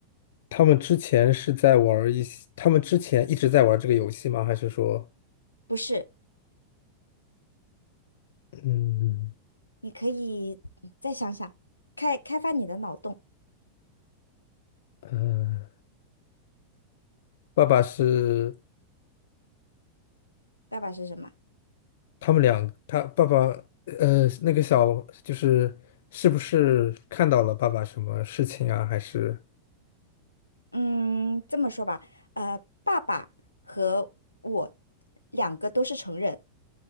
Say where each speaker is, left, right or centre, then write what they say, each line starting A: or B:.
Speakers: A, on the left (about 55°); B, on the left (about 80°).
A: 他们之前是在玩儿一些，他们之前一直在玩儿这个游戏吗？还是说，
B: 不是，
A: 嗯，
B: 你可以嗯再想想，开开发你的脑洞。
A: 呃，爸爸是？
B: 爸爸是什么？
A: 他们俩，他爸爸，呃，那个小就是是不是看到了爸爸什么事情啊？还是
B: 嗯，这么说吧，呃，爸爸和我两个都是成人，